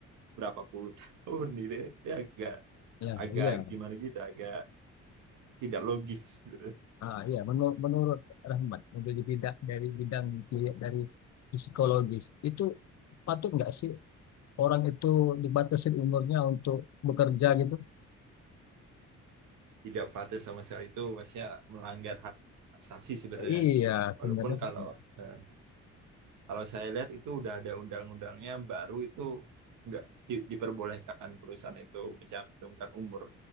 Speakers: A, on the right; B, on the left.
A: berapa puluh <laughs> tahun gitu. ya. Itu agak
B: Ya,
A: agak
B: iya.
A: gimana gitu, agak tidak logis. gitu.
B: Ah, iya. Menurut, menurut Rahmat, menjadi bidang dari bidang di- dari psikologis itu patut nggak sih orang itu dibatasi umurnya untuk bekerja gitu?
A: tidak patuh sama sekali itu maksudnya melanggar hak asasi sebenarnya.
B: Iya, sebenarnya
A: Walaupun
B: kok
A: kalau
B: bisa.
A: eh, kalau saya lihat itu udah ada undang-undangnya baru itu nggak di- diperbolehkan perusahaan itu mencantumkan umur.